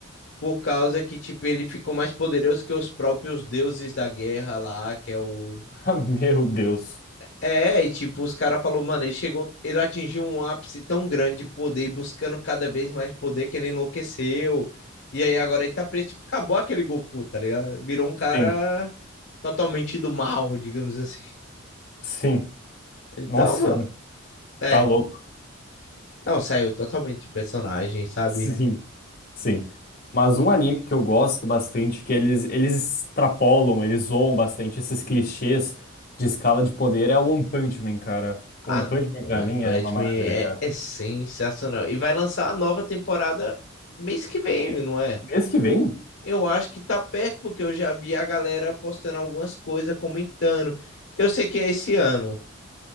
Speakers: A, on the left; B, on the left.
A: por causa que, tipo, ele ficou mais poderoso que os próprios deuses da guerra lá, que é o.
B: Ah, Meu Deus.
A: É, e tipo, os caras falaram, mano, ele chegou, ele atingiu um ápice tão grande de poder, buscando cada vez mais poder que ele enlouqueceu. E aí agora ele tá preso, tipo, acabou aquele Goku, tá ligado? Virou um cara
B: Sim,
A: totalmente do mal, digamos assim.
B: sim.
A: Então,
B: Nossa
A: mano,
B: senhora.
A: é,
B: Tá louco.
A: não, saiu totalmente de personagem, sabe?
B: Sim, sim. Mas
A: E-
B: um anime que eu gosto bastante, que eles, eles extrapolam, eles zoam bastante esses clichês de escala de poder, é o One Punch Man, cara.
A: ah,
B: One
A: não.
B: Punch Man
A: O
B: pra
A: One
B: mim
A: Punch
B: é uma maravilha,
A: Man é,
B: cara.
A: é sensacional. E vai lançar a nova temporada mês que vem, não é?
B: Mês que vem?
A: Eu acho que tá perto, porque eu já vi a galera postando algumas coisas, comentando. Eu sei que é esse ano.